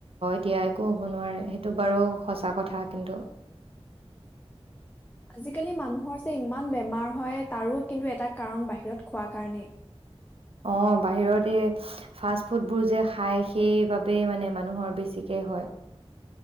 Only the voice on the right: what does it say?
এতিয়া একো হ'ব নোৱাৰে সেইটো বাৰু সঁচা কথা কিন্তু
অ বাহিৰত এই ফাষ্ট ফুডবোৰ যে খাই সেইবাবেই মানে মানুহৰ বেছিকে হয়